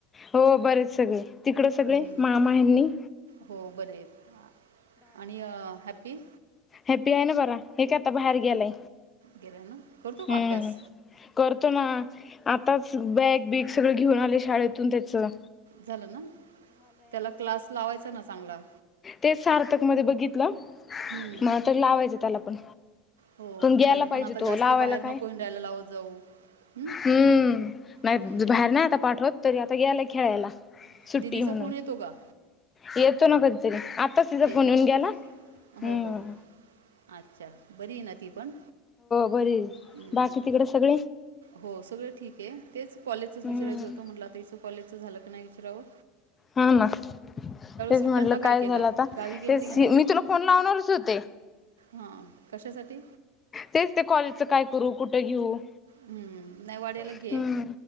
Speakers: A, on the left; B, on the right.
A: हो बरे हेत सगळे. तिकड सगळे
B: हं,
A: मामा यांनी
B: हो बरे हेत आणि हॅप्पी
A: हॅपी आहे ना बरा हे काय, आता बाहेर गेलाय.
B: गेल्या ना करतो का
A: हम,
B: अभ्यास
A: कर हो ना आताच बॅग बीग सगळं घेऊन, आले शाळेतून त्याचं.
B: झालं ना, त्याला क्लास लावायचा ना चांगला.
A: तेच सार्थक मध्ये बघितलं.
B: हं,
A: मग आता लावायचं त्याला पण.
B: हो
A: ग्यायला
B: त्याला
A: पाहिजे
B: पण आता
A: तो
B: जास्त
A: लावायला
B: बाहेर
A: काय
B: नको, हिंडायला लावत जाऊ. हं,
A: हम्म, नाही
B: हं.
A: बाहेर नाही आता पाठवत तरी, गेला खेळायला सुट्टी
B: दीदीचा
A: है म्हणून
B: फोन येतो का?
A: येतो ना कधीतरी <unintelligible> आता तिचा
B: येतो
A: फोन येऊन
B: ना?
A: गेला.
B: हो,
A: हम
B: हो, हो. अच्छा बरीय ना ती पण.
A: बरीय
B: हं.
A: बाकी तिकडे सगळे
B: हो सगळं ठीके तेच कॉलेजच
A: हम्म
B: विचारायचं होतं म्हटलं आता इसं कॉलेजच झालं का नाही विचारवं.
A: हा ना तेच
B: सुट्ट्यांला
A: म्हटलं काय
B: केलं?
A: झालं आता
B: गावी गेली
A: ते
B: होती का नाही?
A: मी तुला फोन लावणारच होते.
B: हां. कशासाठी?
A: तेच ते कॉलेजच काय करू कुठं घेऊ.
B: हम्म नाही वड्याला घे.
A: हम्म.